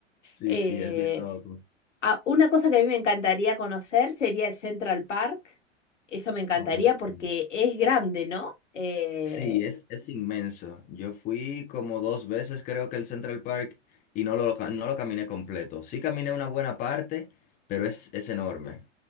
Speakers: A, on the left; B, on the left.
A: sí,
B: Eh,
A: sí, es bien loco.
B: ah, una cosa que a mí me encantaría conocer sería el Central Park. Eso me encantaría
A: Oh,
B: porque
A: sí.
B: es grande, ¿no? Eh,
A: Sí, es, es inmenso. Yo fui como dos veces creo que el Central Park y no lo, ca- no lo caminé completo. Sí caminé una buena parte, pero es, es enorme.